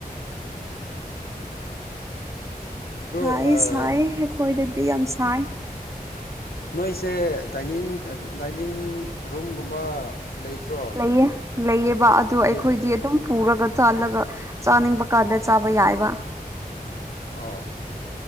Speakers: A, on the left; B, on the right.
A: ꯑꯗꯨ
B: ꯁꯥꯏ
A: ꯑꯥ
B: ꯁꯥꯏ ꯑꯩꯈꯣꯏꯗꯗꯤ ꯌꯥꯝ ꯁꯥꯏ
A: ꯅꯣꯏꯁꯦ ꯗꯥꯏꯅꯤꯡ ꯗꯥꯏꯅꯤꯡ ꯔꯨꯝꯒꯨꯝꯕ ꯂꯩꯇ꯭ꯔꯣ
B: ꯂꯩꯌꯦ ꯂꯩꯌꯦꯕ ꯑꯗꯨ ꯑꯩꯈꯣꯏꯗꯤ
A: ꯂꯩꯕꯤ
B: ꯑꯗꯨꯝ ꯄꯨꯔꯒ ꯆꯥꯜꯂꯒ ꯆꯥꯅꯤꯡꯕ ꯀꯥꯟꯗ ꯆꯥꯕ ꯌꯥꯏꯕ
A: ꯑꯣ